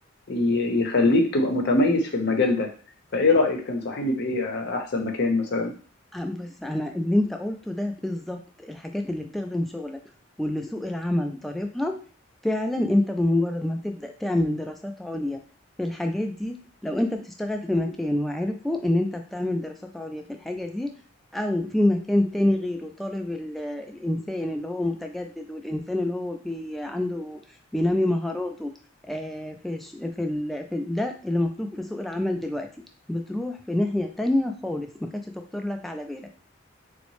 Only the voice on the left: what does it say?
ي- يخليك تبقى متميز في المجال ده فايه رأيك تنصحيني بايه احسن مكان مثلا